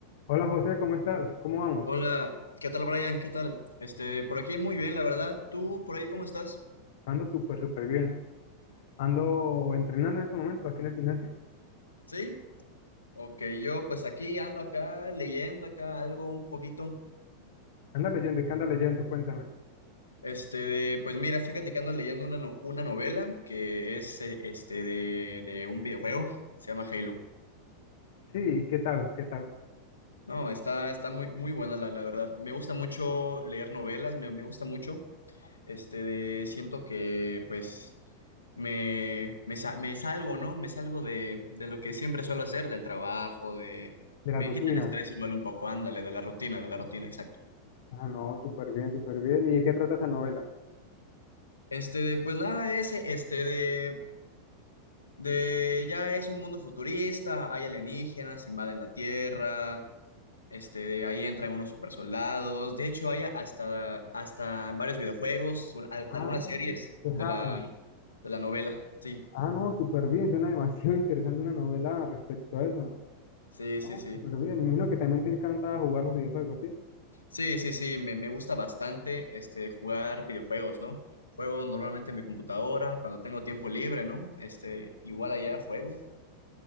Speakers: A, on the left; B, on the left.
A: Hola José, ¿cómo estás? ¿Cómo vamos?
B: Hola, ¿qué tal Brian? ¿Qué tal? Este, por aquí muy bien, la verdad. ¿Tú por ahí cómo estás?
A: Ando súper, súper bien. Ando entrenando en este momento aquí en el gimnasio.
B: ¿Sí? Ok, yo pues aquí ando acá leyendo acá algo un poquito.
A: Anda leyendo, ¿y qué anda leyendo? Cuéntame.
B: Este, de- pues mira, fíjate que ando leyendo una, no- una novela que es eh, este de, de un videojuego, se llama Halo.
A: Sí, ¿qué tal? ¿Qué tal?
B: No, está, está muy, muy buena la, la verdad. Me gusta mucho leer novelas, me, me gusta mucho. Este, de, siento que pues me, me, sa- me salgo, ¿no? Me salgo de, de lo que siempre suelo hacer, del trabajo, de...
A: De
B: Me
A: la rutina.
B: quita el estrés igual un poco, ándale, de la rutina, de la rutina, exacto.
A: Ah, no, súper bien, súper bien. ¿Y de qué trata esa novela?
B: Este, de, pues nada, ese, este, de, de, ya es un mundo futurista, hay alienígenas, invaden la Tierra, este, de ahí entran unos supersoldados, de hecho hay hasta, hasta varios videojuegos, al-
A: Ah,
B: algunas series
A: de Harry.
B: de la, de la novela, sí,
A: Ah, no, súper bien. Suena demasiado <laughs> interesante una novela respecto a eso.
B: sí,
A: No,
B: sí, sí.
A: súper bien. Me imagino que también te encanta jugar los videojuegos, ¿sí?
B: Sí, sí, sí, me, me gusta bastante este, jugar videojuegos, ¿no? Juego normalmente en mi computadora, cuando tengo tiempo libre, ¿no? Este, igual allá juego.